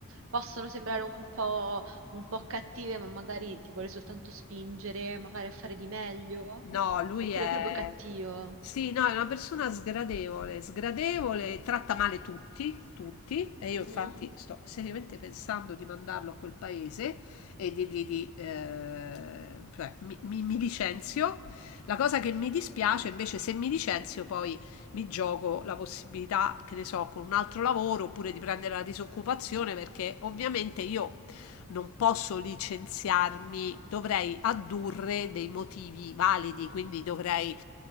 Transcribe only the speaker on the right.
possono sembrare un po', un po' cattive, ma magari ti vuole soltanto spingere, magari a fare di meglio,
oppure
è proprio cattivo.
Mhm.